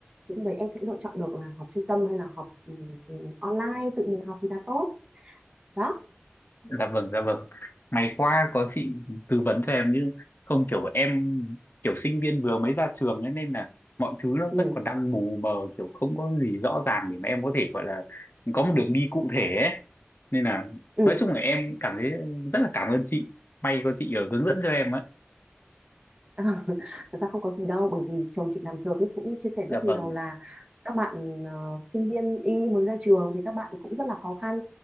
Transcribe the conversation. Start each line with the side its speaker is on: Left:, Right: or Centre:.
Right: thì lúc đấy em sẽ lựa chọn được là học trung tâm hay là học ừ, ừ, online tự mình học thì là tốt. Đó.
Left: dạ vâng dạ vâng may quá có chị tư vấn cho em chứ không kiểu em kiểu sinh viên vừa mới ra trường ấy, nên là mọi thứ nó
Right: Ừ.
Left: vẫn còn đang mù mờ kiểu không có gì rõ ràng để mà em có thể gọi là có một đường đi cụ thể ấy nên là
Right: Ừ.
Left: nói chung là em cảm thấy rất là cảm ơn chị may có chị ở hướng dẫn cho em á
Right: Ờ, <laughs> Thật ra không có gì đâu bởi vì chồng chị làm dược ấy cũng chia sẻ rất
Left: dạ
Right: nhiều
Left: vâng
Right: là các bạn ờ, sinh viên y mới ra trường thì các bạn ấy cũng rất là khó khăn